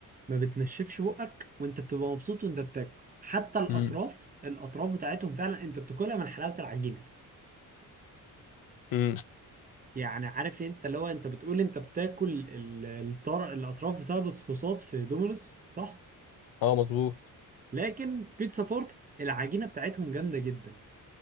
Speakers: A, on the right; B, on the left.
A: ما بتنشفش بقك وانت بتبقى مبسوط وانت بتاكل حتى الاطراف
B: امم
A: الاطراف بتاعتهم فعلا انت بتاكلها من حلاوه العجينه
B: امم
A: يعني عارف انت اللي هو انت بتقول انت بتاكل ال- الطر... الاطراف بسبب الصوصات في دومينوس صح
B: اه مظبوط
A: لكن بيتزا بارتي العجينه بتاعتهم جامده جدا